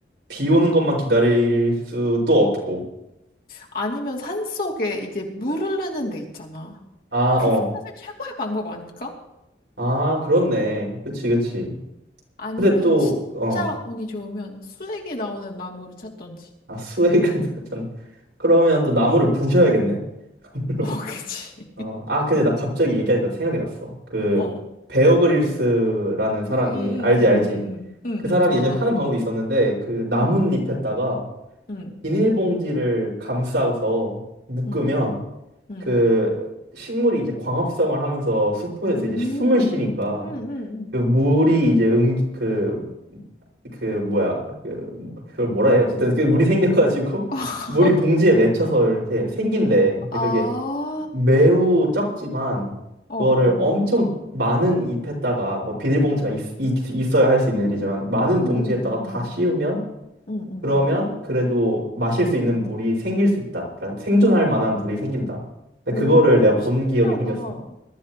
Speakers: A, on the right; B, on the left.
A: 비 오는 것만 기다릴 수도 없고.
B: 아니면 산속에 이제 물 흐르는 데 있잖아.
A: 아,
B: 그게
A: 어.
B: 사실 최고의 방법 아닐까?
A: 아, 그렇네. 그치, 그치.
B: 아니면
A: 근데 또,
B: 진짜
A: 어.
B: 운이 좋으면 수액이 나오는 나무를 찾던지.
A: 아, 수액을 <laughs> 단 그러면 또 나무를 부셔야겠네. <laughs> 나무를
B: 어, 그지?
A: 어.
B: <laughs>
A: 아, 근데 나 갑자기 얘기하니까 생각이 났어. 그,
B: 어.
A: 베어 그릴스라는 사람이,
B: 응, 응, 응, 응,
A: 알지, 알지.
B: 응, 응, 응,
A: 그 사람이
B: 응,
A: 예전에
B: 알아.
A: 하는 방법이 있었는데, 그 나뭇잎에다가
B: 응, 응, 응,
A: 비닐봉지를 감싸서 묶으면
B: 응, 응.
A: 그 식물이 이제 광합성을 하면서 수포에서
B: 음,
A: 이제 숨을 쉬니까
B: 응, 응,
A: 그 물이 이제 응 그 그 뭐야 그 뭐- 그걸 뭐라 해요 어쨌든 그 물이 생겨가지고 <laughs>
B: 응. <laughs>
A: 물이 봉지에 맺혀서 이렇게 생긴대 근데
B: 아,
A: 그게 매우 적지만
B: 어,
A: 그거를
B: 어,
A: 엄청
B: 어.
A: 많은 잎에다가 뭐 비닐봉지가 있, 있, 있어야 할 수 있는 일이지만 많은
B: 응,
A: 봉지에다가
B: 응, 응, 응,
A: 다 씌우면
B: 응, 응,
A: 그러면
B: 응.
A: 그래도 마실 수 있는 물이 생길 수 있다. 그러니까 생존할 만한 물이 생긴다. 근데
B: 오,
A: 그거를 내가 본
B: 신기하다.
A: 기억이 생겼어.